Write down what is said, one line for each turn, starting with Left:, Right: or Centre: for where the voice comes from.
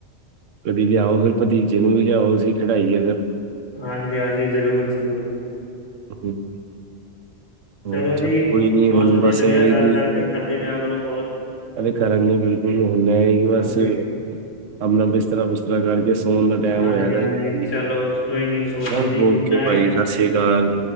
Right: ਕਦੀ ਲਿਆਓ ਫਿਰ ਭਤੀਜੇ ਨੂੰ ਵੀ ਲਿਆਓ ਅਸੀਂ ਖਿਡਾਈਏ ਫਿਰ।
Left: ਹਾਂਜੀ-ਹਾਂਜੀ, ਜਰੂਰ-ਜਰੂਰ।
Right: <unintelligible>
Left: ਚਲੋ ਜੀ
Right: ਕੋਈ ਨੀ
Left: ਬੋਤ
Right: ਹੁਣ
Left: ਵਧੀਆ
Right: ਬਸ
Left: ਲੱਗਿਆ
Right: ਇਹ ਹੈ
Left: ਗੱਲ
Right: ਕਿ
Left: ਕਰਕੇ। ਕਰਦੇ ਰਿਆ ਕਰੋ ਕੌਲ।
Right: ਅਰੇ ਕਰਾਂਗੇ ਬਿਲਕੁਲ। ਹੂਨ ਐ ਏ ਕਿ ਬਸ
Left: ਹਾਂਜੀ
Right: ਆਪਣਾ ਬਿਸਤਰਾ-ਬੁਸਤਰਾ ਕਰਕੇ ਸੋਨ ਦਾ ਟੈਮ
Left: ਹਾਂਜੀ
Right: ਹੋਇਆ ਦਾ
Left: ਹਾਂਜੀ
Right: ਜੇ ਪਾਜੀ।
Left: ਚਲੋ ਕੋਈ ਨੀ ਸੋ ਜਾਓ
Right: ਹੈਨਾ <unintelligible>
Left: ਜੀ ਗੁੱਡ
Right: ਕੇ
Left: ਨਾਈਟ
Right: ਪਾਈਸ ਸਸ ਸ੍ਰੀ ਕਾਲ।